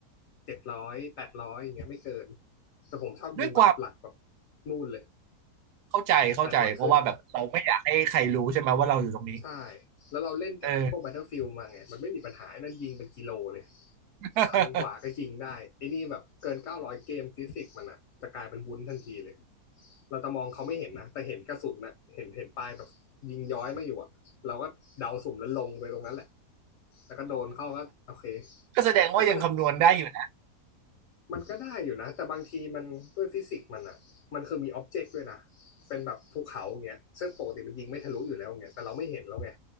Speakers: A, on the left; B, on the right.
A: เจ็ดร้อยแปดร้อยอย่างเงี้ยไม่เกินแต่ผมชอบยิงแบบหลักแบบ
B: ด้วยความ
A: นู่นเลย
B: เข้าใจเข้าใจเพราะว่าแบบเราไม่อยากให้ใครรู้ใช่ไหมว่าเราอยู่ตรงนี้
A: แปดร้อยขึ้น ใช่ แล้วเราเล่นจากไอ้พวก
B: เออ
A: Battlefield มาไง มันไม่มีปัญหาไอ้นั่นยิงเป็นกิโลเลย
B: <laughs>
A: พันกว่าก็ยิงได้ไอ้นี่แบบเกินเก้าร้อยเกมฟิสิกส์มันอะจะกลายเป็นวุ้นทันทีเลย เราจะมองเขาไม่เห็นนะ แต่เห็นกระสุนนะ เห็นเห็นปลายแบบยิงย้อยมาอยู่อะเราก็เดาสุ่มแล้วลงไปตรงนั้นแหละ แล้วก็โดนเข้าก็โอเค
B: ก็แสดงว่ายังคำนวณได้อยู่นะ
A: แต่ขนาด มันก็ได้อยู่นะแต่บางทีมันด้วยฟิสิกส์มันอะมันคือมีอ็อบเจกต์ด้วยนะเป็นแบบภูเขาอย่างเงี้ยซึ่งปกติมันยิงไม่ทะลุอยู่แล้วอย่างเงี้ยแต่เราไม่เห็นแล้วไง